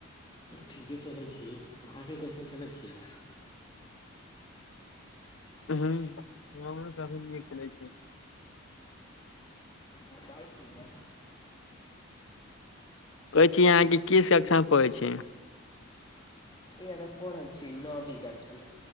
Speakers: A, on the left; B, on the left.
A: ठीके चलैत छी अहाँके कइसन चलैत छी
B: ह हमभी न खेलै छै
A: कहै छियै ने
B: कहै छी अहाँके की सक्षा पै छी
A: इह तऽ पढ़ै छीयै नवी कक्ष